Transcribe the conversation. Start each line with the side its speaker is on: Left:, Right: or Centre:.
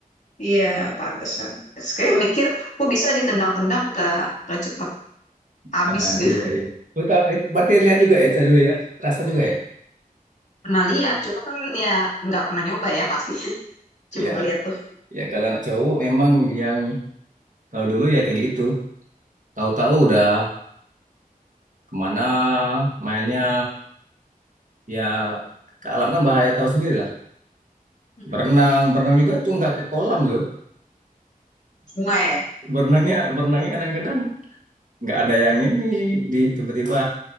Left: Iya, pantesan. Terus kayak mikir, kok bisa ditendang-tendang nggak nggak cepet habis
Right: ya
Left: gitu.
Right: iya iya Lu tahu, eh, berarti lihat juga ya itu dulu ya terasa juga ya
Left: <laughs> Pernah lihat, cuma kan ya nggak pernah nyoba ya pasti. <laughs> Cuma
Right: iya
Left: ngeliat tuh
Right: ya kalau anak cowok memang yang kalau dulu ya kayak gitu tahu-tahu udah kemana mainnya ya ke alam kan bahaya tahu sendiri lah
Left: Mm-mm.
Right: Berenang, berenang juga tuh nggak ke kolam loh.
Left: bunga ya.
Right: Berenangnya, berenangnya kadang-kadang nggak ada yang ini di tiba-tiba